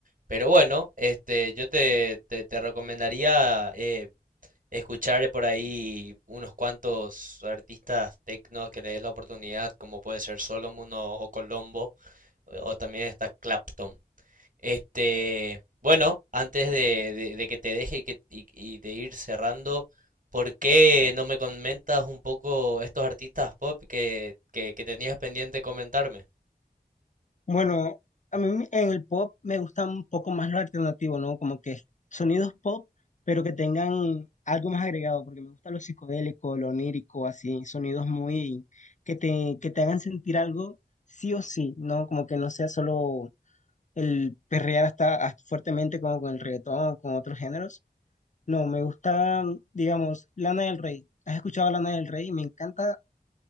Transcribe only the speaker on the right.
Pero bueno, este, yo te, te, te recomendaría eh, escuchar por ahí unos cuantos artistas techno que le des la oportunidad, como puede ser Solomon o, o Colombo o también está Clapton. Este, bueno, antes de, de- de que te deje y, que, y- y de ir cerrando, ¿por qué no me comentas un poco estos artistas pop que, que- que tenías pendiente comentarme?